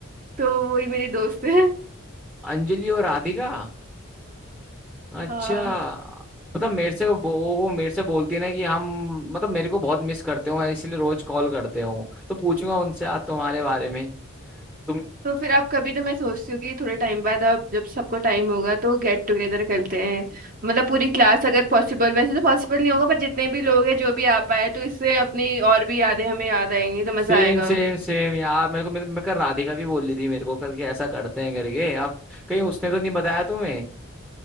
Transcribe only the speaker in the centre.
अंजलि और राधिका अच्छा
मतलब मेरे से वो वो मेरे से बोलती है ना कि हम मतलब मेरे को बहुत मिस करते हो इसलिए रोज कॉल करते हो तो पूछूंगा उनसे आज तुम्हारे बारे में तुम
सेम
सेम सेम यार मेरे को मेरे, मेरे कल राधिका भी बोल रही थी मेरे को कल कि ऐसा करते हैं करके आप कहीं उसने तो नहीं बताया तुम्हें